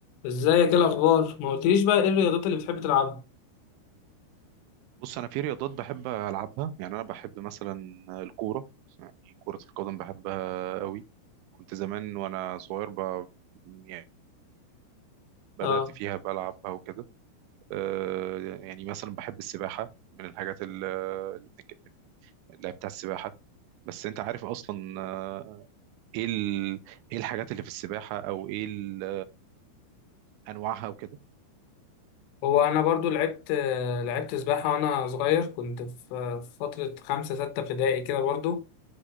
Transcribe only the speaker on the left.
ازيك ايه الاخبار ما قلتليش بقى ايه الرياضات اللي بتحب تلعبها
اه
هو انا برضو لعبت لعبت سباحه وانا صغير كنت في في فتره خمسة ستة ابتدائي كده برضو